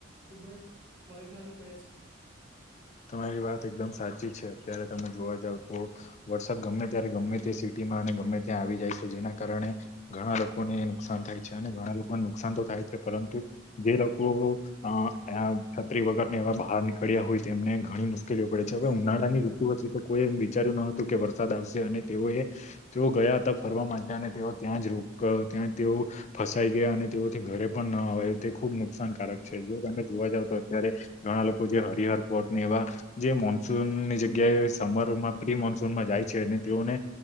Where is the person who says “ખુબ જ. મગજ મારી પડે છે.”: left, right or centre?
Right